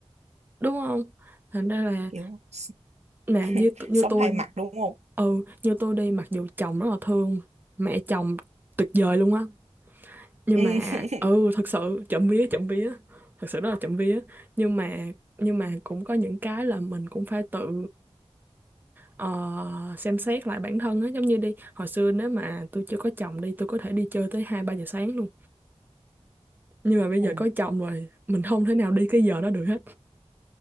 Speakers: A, on the right (about 15°); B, on the right (about 80°).
A: đúng không thành ra là
B: kiểu
A: nè
B: <laughs>
A: như t- như
B: sống
A: tôi
B: hai mặt đúng không
A: ừ như tôi đi mặc dù chồng rất là thương mẹ chồng tuyệt vời luôn á nhưng
B: ừ.
A: mà
B: <laughs>
A: ừ thật sự chậm vía chậm vía thật sự rất là chậm vía nhưng mà nhưng mà cũng có những cái là mình cũng phải tự ờ, xem xét lại bản thân á giống như đi hồi xưa nếu mà tôi chưa có chồng đi tôi có thể đi chơi tới hai ba giờ sáng luôn nhưng mà bây
B: ừ.
A: giờ có chồng rồi mình không thể nào đi cái giờ đó được hết